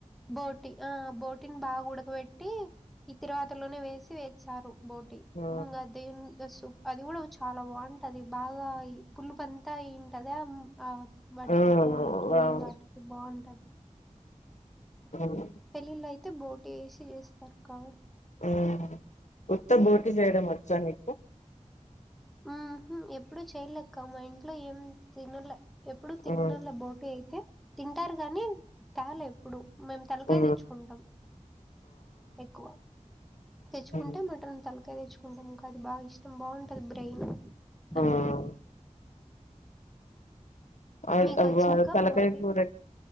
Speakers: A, in the centre; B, on the left.
A: బోటీ ఆ బోటీని బాగా ఉడకబెట్టి ఈ తిరువాత లోనే వేసి వేంచ్చారు బోటీ
B: ఆ
A: ఇంగా <inaudible> సు అది కూడా చాలా బావుంటది బాగా ఈ పులుపంతా తింటదా ఆ వాటికి
B: ఆ
A: తోళ్ళకి
B: అవును
A: వాటికి బాగుంట
B: మ్
A: పెళ్ళిళ్ళ అయితే బోటీ ఏసి చేస్తారు క
B: ఆ ఉత్త బోటీ చేయడం వచ్చా నీ
A: ఉహు ఎప్పుడు చెయలేెక్క మా ఇంట్లో ఏం తినలే ఎప్పుడు తిన్నళ
B: ఆ
A: బోటీ అయితే తింటారు గాని తాల ఎప్పుడు మేం తలకాయ
B: ఆ
A: తెచ్చుకుంటాం ఎక్కువ తెచ్చుకుంటే
B: అవునా
A: మటన్ తలకాయ తెచ్చుకుంటాం ఇంకా అది బాగ ఇష్టం బాగుంటది బ్రెయిన్ అన్ని
B: ఆ ఆ అ
A: మీకు
B: అవ్వ
A: వచ్చాక
B: తలకాయ
A: బోటి
B: కూర